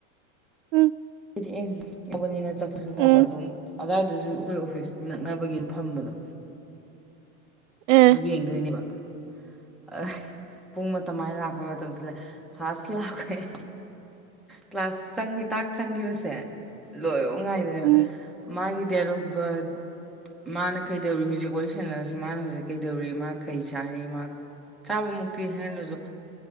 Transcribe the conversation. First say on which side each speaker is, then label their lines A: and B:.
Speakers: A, on the right; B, in the centre.
A: ꯎꯝ
B: ꯍꯥꯏꯗꯤ <unintelligible>
A: ꯎꯝ
B: ꯑꯗꯨꯝ ꯑꯗꯨꯋꯥꯏꯗꯁꯨ ꯑꯩꯈꯣꯏ ꯑꯣꯐꯤꯁꯀꯤ ꯅꯛꯅꯕꯒꯤꯅ ꯐꯝꯕꯗꯣ
A: ꯑꯦ
B: ꯌꯦꯡꯗꯣꯏꯅꯦꯕ ꯑ ꯍꯩ ꯄꯨꯡ ꯃꯇꯝꯥꯏꯅ ꯂꯥꯛꯄꯩ ꯃꯇꯝꯁꯨ ꯂꯩ ꯐꯥꯁ ꯂꯥꯛꯄꯩ ꯀ꯭ꯂꯥꯁ ꯆꯪꯉꯤ ꯇꯥꯛ ꯆꯪꯈꯤꯕꯁꯦ ꯂꯣꯏꯕꯧ ꯉꯥꯏꯗꯣꯏꯕ
A: ꯎꯝ
B: ꯃꯥꯒꯤ ꯗꯦꯠ ꯑꯣꯐ ꯕꯥꯔꯠ ꯃꯥꯅ ꯀꯩꯗꯧꯔꯤ ꯍꯧꯖꯤꯛ ꯋꯥꯔꯤ ꯁꯥꯟꯅꯔꯁꯨ ꯃꯥꯅ ꯍꯧꯖꯤꯛ ꯀꯩꯗꯧꯔꯤ ꯃꯥ ꯀꯩ ꯆꯥꯔꯤ ꯃꯥ ꯆꯥꯕꯃꯨꯛꯇꯤ ꯍꯥꯏꯗ꯭ꯔꯁꯨ